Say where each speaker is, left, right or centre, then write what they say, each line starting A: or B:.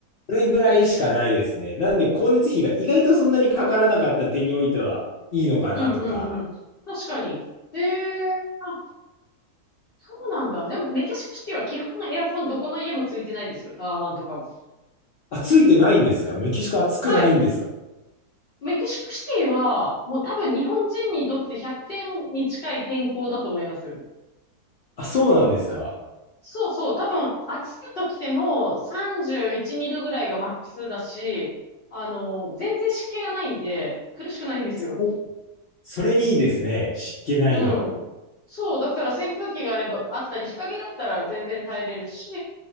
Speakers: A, on the left; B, on the left.
A: それぐらいしかないですね。なんで、光熱費が意外とそんなにかからなかった点においてはいいのかなとか。
B: うんうんうん。確かに。ええ、あ、そうなんだ。でも、メキシコシティは基本エアコンどこの家もついてないですよ。タワマンとかも。
A: あ、ついてないんですかメキシコ暑くないんですか
B: はい。メキシコシティは、もう多分日本人にとって100点に近い天候だと思いますよ。
A: あ、そうなんですか
B: そうそう、多分暑い時でも31、2度ぐらいがマックスだし、あの、全然湿気がないんで、苦しくないんですよ。
A: おそれいいですね。湿気ないの。
B: うん。そう、だから扇風機があれば、あったり、日陰だったら全然耐えれるし、